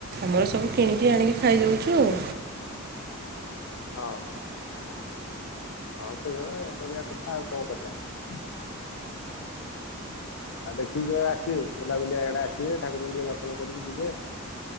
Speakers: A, on the right; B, on the left.
A: ଘରେ ସବୁ କିଣିକି ଆଣିକି ଖାଇ ଦଉଛୁ ଆଉ।
B: ହଁ ହଁ। ହଁ ସେଇଭଳିଆ କରିବା କଥା ଆଉ କଣ କରିବା? ଆଉ ଦେଖିକି ଯିବେ ଆସିବେ ବୁଲାବୁଲିଆଆଡେ ଆସିବେ ଠାକୁରଙ୍କୁ ଟିକେ ଦର୍ଶନ କରିକି ଯିବେ